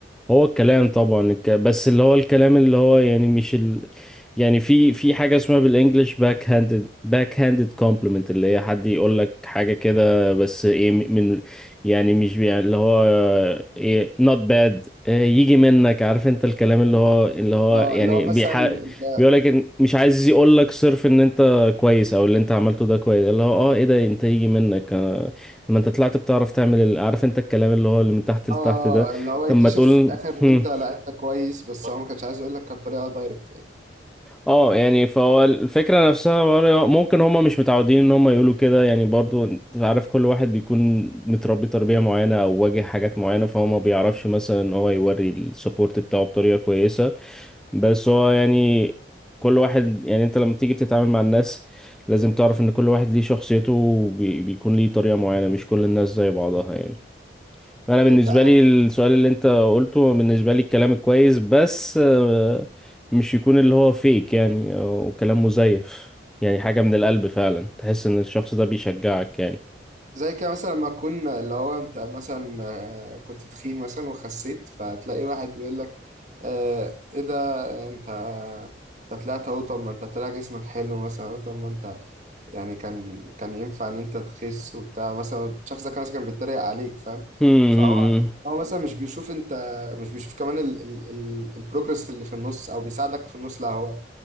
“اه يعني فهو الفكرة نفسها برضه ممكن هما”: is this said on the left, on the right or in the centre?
Centre